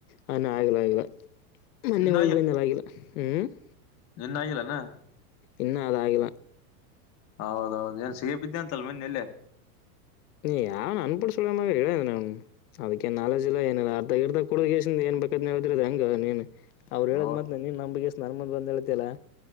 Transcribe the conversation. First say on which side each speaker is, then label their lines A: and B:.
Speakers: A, on the left; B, on the left.
A: ಹಾನ ಆಗ್ಲ ಆಗಿಲ್ಲ ಮೊನ್ನೆ
B: ಇನ್ನಾಗಿ
A: ಹೋಗಿ ಬಂದಲ್ಲ ಆಗಿಲ್ಲ ಹ್ಮ್ <inaudible>
B: ನಿನ್ನ ಆಗಿಲ್ಲಾನ <inaudible>
A: ಇನ್ನ ಅದ ಆಗಲ <inaudible>
B: ಹೌದೌದು ಏನ್ ಸಿಗ ಬಿದ್ದೆ ಅಂತಲ್ ಮೊನ್ನೆಯಲ್ಲೇ <inaudible>
A: ನೀ ಯಾವನ ಅನ್ಪು ಸು ಹೇಳ <inaudible> ಹ್ಮ್ ಅದಕ್ಕೇನ್ ನಾಲಜ್ ಇಲ್ಲ ಏನಲ್ಲ ಅರ್ದಗ ಇರ್ದ ಕುಡ ಏನ್ ಬೇಕಾದ್ ಹದ್ರ ಅದ ಹಂಗ ನೀನ್ <inaudible> ಅವ್ರು ಹೇಳದ್
B: ಹೌದು
A: ಮಾತ್ ನೀನ್ ನಮಗ್ಷನರ್ಮಂದ್ ಬಂದ ಹೇಳ್ತಲ್ಲಾ